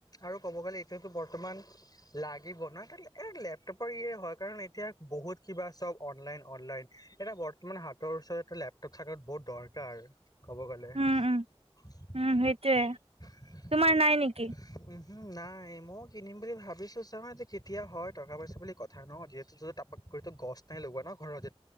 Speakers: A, on the left; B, on the right.
A: আৰু ক'ব গ'লে এইটোতো বৰ্তমান লাগিব ন', এ', লেপটপৰ ইয়ে হয় কাৰণ এতিয়া বহুত কিবা চব অনলাইন -অনলাইন এটা বৰ তোৰ মানে হাতৰ ওচৰতটা লেপ থাকত বহুত দৰকাৰ। কব গলে, উম',
B: উম উম উম সেইটোয়ে তোমাৰ নাই নেকি
A: উ', নাই ময়ও কিনিম বুলি ভাবিছো চাওঁ যে কেতিয়া হয় টকা পইচা বুলি কথা ন যিহেতুাকো গছ নাই লগোৱা ন ঘৰত